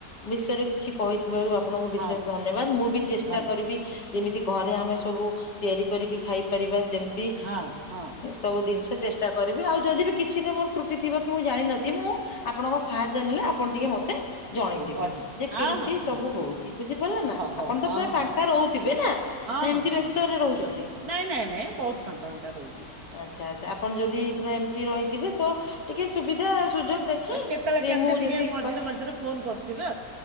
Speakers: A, on the left; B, on the right.
A: ବିଷୟରେ କିଛି କହିଥିବାରୁ ଆପଣଙ୍କୁ ବିଶେଷ
B: ହଁ
A: ଧନ୍ୟବାଦ ମୁଁ ବି ଚେଷ୍ଟା
B: ଧନ୍ୟବାଦ
A: କରିବି ଯେମିତି ଘରେ ଆମେ ସବୁ ତିଆରି କରିକି ଖାଇପାରିବା ସେମିତି।
B: ହଁ ହଁ
A: ସବୁ ଜିନିଷ ଚେଷ୍ଟା କରିବି ଆଉ ଯଦି ବି କିଛିଟା ମୋର ତ୍ରୁଟି ଥିବ କି ମୁଁ ଜାଣିନଥିଲି ମୁଁ ଆପଣଙ୍କ ସାହାଯ୍ୟ ନେଲେ ଆପଣ ଟିକେ ମତେ ଜଣେଇଦେବେ
B: ମୁଁ କହିବି
A: ଯେ
B: ହଁ
A: କେମିତି
B: ହଁ
A: ସବୁ
B: ହଁ
A: ହଉଛି
B: ହଁ
A: ବୁଝିପାରିଲେ ନା
B: ହଉ ହଉ,
A: ଆପଣ ତ
B: ହଁ
A: ପ୍ରାୟ
B: ହଁ
A: ଫାଙ୍କା ରହୁଥିବେ ନା।
B: ହଁ
A: ନା ଏମିତି
B: ହଁ ହଁଁ
A: ବ୍ୟସ୍ତରେ ରହୁଛନ୍ତି।
B: ନାଇଁ ନାଇଁ ନାଇଁ ବହୁତ ଖାତା ଫଙ୍କା ରହୁଛି।
A: ଆଚ୍ଛା ଆଚା ଆପଣ ଯଦି ପୁରା ଏମିତି ରହିଥିବେ ତ ଟିକେ ସୁବିଧା ସୁଯୋଗ ଦେ
B: ହଁ କେତେବେଳେ କେମିତି
A: ମୁଁ
B: ଟିକେ
A: ଯଦି
B: ମଝିରେ
A: କଥା
B: ମଝିରେ ଫୋନ୍ କରୁଥିବେ